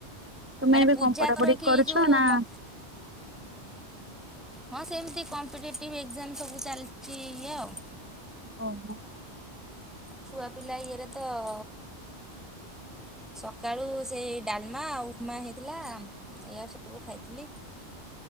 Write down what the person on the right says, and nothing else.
<inaudible> ତୁମେ
ଏବେ
କଣ ପଢାପଢି
କରୁଛ
ନା
<inaudible>
ଓ ହୋ।